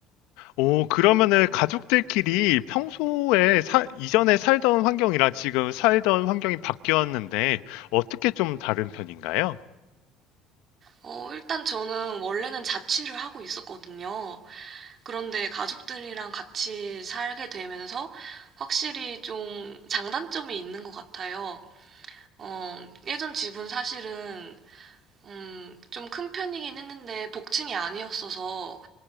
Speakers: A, on the left; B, on the right.
A: 오, 그러면은 가족들끼리 평소에 사- 이전에 살던 환경이랑 지금 살던 환경이 바뀌었는데 어떻게 좀 다른 편인가요?
B: 어, 일단 저는 원래는 자취를 하고 있었거든요. 그런데 가족들이랑 같이 살게 되면서 확실히 좀 장단점이 있는 것 같아요. 어, 예전 집은 사실은 음, 좀 큰 편이긴 했는데 복층이 아니었어서